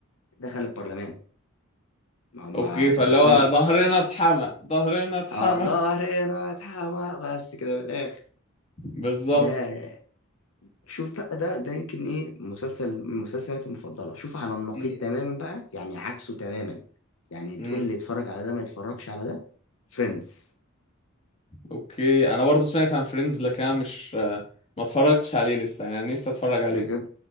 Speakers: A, on the left; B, on the left.
A: دخل البرلمان ما هم
B: اوكي
A: في
B: فاللي
A: بريطانيا
B: هو ظهرنا اتحمى ظهرنا اتحمى
A: اه ظهرنا
B: <laughs>
A: اتحمى بس كده من الآخر
B: بالظبط
A: ده شوف بقى ده ده يمكن ايه مسلسل من مسلسلاتي المفضلة شوف على النقيض
B: امم
A: تماما بقى يعني عكسه تماما يعني تقول
B: امم
A: اللي يتفرج على ده ما يتفرجش على ده فريندز
B: اوكي انا برضو سمعت عن فريندز لكن انا مش ما اتفرجتش عليه لسه يعني نفسي اتفرج عليه
A: بجد